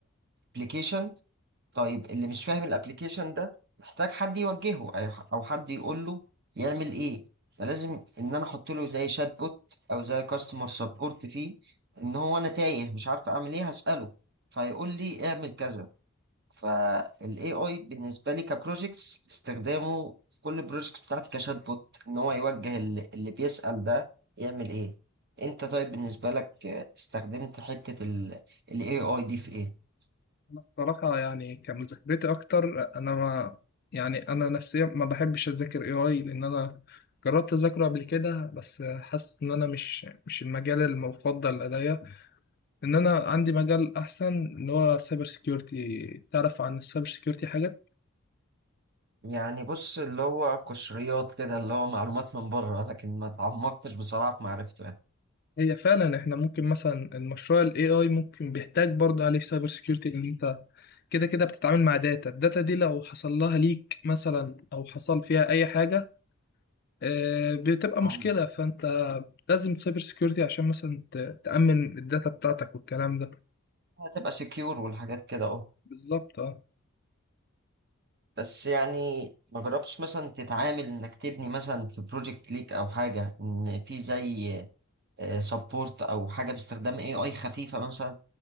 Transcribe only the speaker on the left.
أنا الصراحة يعني كمذاكرتي أكتر أنا ما يعني أنا نفسيا ما بحبش أذاكر AI لأن أنا جربت أذاكره قبل كده بس حاسس إن أنا مش مش المجال المفضل لدي إن أنا عندي مجال أحسن اللي هو سايبر سيكيورتي تعرف عن السايبر سيكيورتي حاجة؟
هي فعلا إحنا ممكن مثلا المشروع ال AI ممكن بيحتاج برضه عليه سايبر سيكيورتي إن أنت كده كده بتتعامل مع داتا الداتا دي لو حصل لها ليك مثلا أو حصل فيها أي حاجة آه، بتبقى
مشكلة فانت لازم سايبر سيكيورتي عشان مثلا ت- تأمن الداتا بتاعتك والكلام ده
بالظبط اه